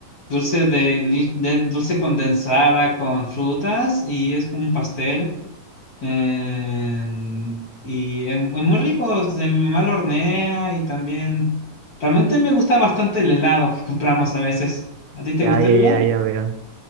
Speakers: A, on the left; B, on the right.
A: dulce de, li- de- dulce condensada con frutas y es como un pastel. Eh, y es, es muy rico, o sea, mi mamá lo hornea y también... Realmente me gusta bastante el helado que compramos a veces. ¿A ti te
B: Ya,
A: gusta
B: ya,
A: el helado?
B: ya, ya veo.